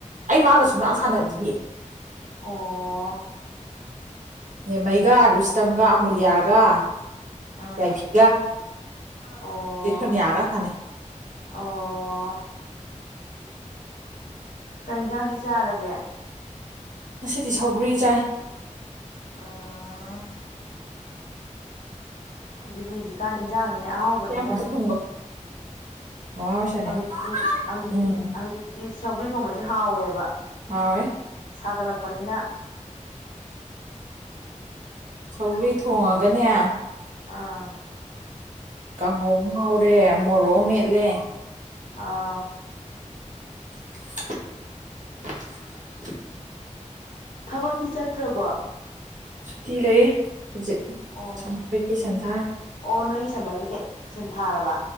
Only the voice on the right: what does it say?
ꯑꯩ ꯃꯥꯒ ꯁꯨꯡꯁꯥꯟ ꯁꯥꯟꯅꯗꯤꯌꯦ
ꯅꯦꯝꯃꯩꯒ ꯔꯨꯁꯇꯝꯒ ꯑꯃꯨꯂꯤꯌꯥꯂꯤꯌꯥꯒ
ꯌꯥꯏꯐꯤꯒ
ꯆꯦ ꯁꯣꯅꯤꯌ ꯒ ꯁꯥꯟꯅꯩ <unintelligible>
ꯉꯁꯤꯗꯤ ꯁꯧꯒ꯭ꯔꯤ ꯆꯥꯏ
ꯏꯌꯥꯝꯕ ꯑꯝꯇ ꯈꯨꯝꯒꯣ ꯃꯃꯥ ꯍꯣꯏ ꯁꯥꯟꯅꯩ
ꯎꯝ
ꯍꯥꯎꯋꯦ
ꯁꯧꯒꯔꯤ ꯊꯣꯡꯉꯒꯅꯦ
ꯀꯥꯡꯍꯧ ꯑꯃ ꯉꯧꯔꯦ ꯃꯣꯔꯣꯛ ꯑꯃ ꯃꯦꯠꯂꯦ
<inaudible>
ꯁꯨꯇꯤ ꯂꯩ ꯍꯧꯖꯤꯛ
ꯁꯃꯔ ꯚꯦꯀꯦꯁꯟ ꯊꯥꯔꯤ